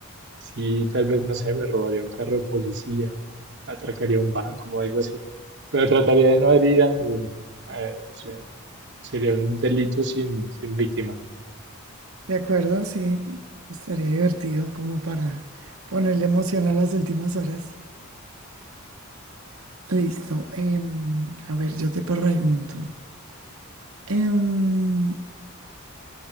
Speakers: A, on the right; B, on the right.
A: sí, tal vez, no sé, me robaría un carro de policía o atracaría un banco o algo así, pero trataría de no herir a ninguno. Eh, o sea, sería un delito sin, sin víctima.
B: De acuerdo, sí, estaría divertido como para ponerle emoción a las últimas horas. Listo. em, a ver, yo te pregunto. em,